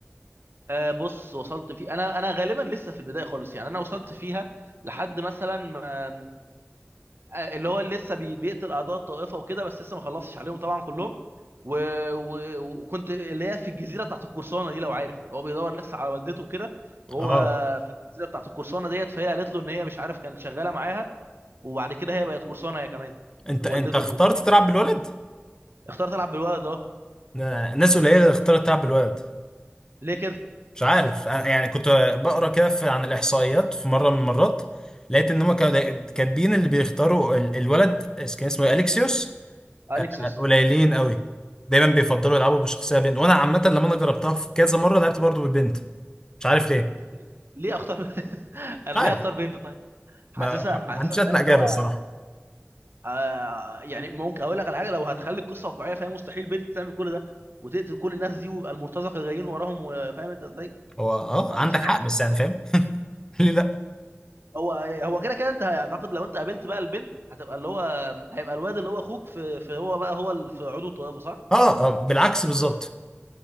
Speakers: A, on the right; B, on the left.
A: آه بص وصلت في انا انا غالبا لسه في البدايه خالص يعني انا وصلت فيها لحد مثلا ما اللي هو اللي لسه بي- بيقتل اعداء الطائفه وكده بس لسه ما خلصش عليهم طبعا كلهم و... و... وكنت اللي هي في الجزيره بتاعت القرصانه دي لو عارف هو بيدور لسه على والدته وكده وهو
B: اه
A: في الجزيره بتاعت القرصانه ديت فهي قالت له ان هي مش عارف كانت شغاله معاها وبعد كده هي بقت قرصانه هي كمان والدته
B: انت انت اخترت
A: دي
B: تلعب بالولد
A: اختار تلعب بالولد اه
B: ن- ناس قليله اللي اختارت تلعب بالولد
A: ليه كده
B: مش عارف أنا- يعني كنت بقرا كده في- عن الاحصائيات في مره من المرات لقيت ان
A: مم.
B: هم كانوا كاتبين اللي بيختاروا ال- الولد اس- كان اسمه إيه؟ اليكسيوس
A: اليكسيوس
B: قليلين قوي دايما بيفضلوا يلعبوا بشخصيه بنت وانا عامه لما انا جربتها في كذا مره لعبت برضو بالبنت مش عارف ليه
A: طب ليه ليه اختار <laughs> انا
B: مش عارف
A: ليه اختار بنت طيب حاسسها
B: ما, <laughs> ما
A: حاسسها
B: عنديش
A: فاهم
B: ادنى اجابه
A: اللي هو
B: الصراحه
A: آه يعني ممكن اقول لك على حاجه لو هتخلي القصه واقعيه فهي مستحيل بنت تعمل كل ده وتقتل كل الناس دي ويبقى المرتزقه جايين وراهم وفاهم انت ازاي؟
B: هو اه
A: ما
B: عندك
A: مش عارف
B: حق بس يعني فاهم <laughs> ليه لا
A: هو هو كده كده انت اعتقد لو انت قابلت بقى البنت هتبقى اللي هو هيبقى الواد اللي هو اخوك في, في هو بقى هو اللي في عضو الطائفه صح؟
B: اه آه، بالعكس بالظبط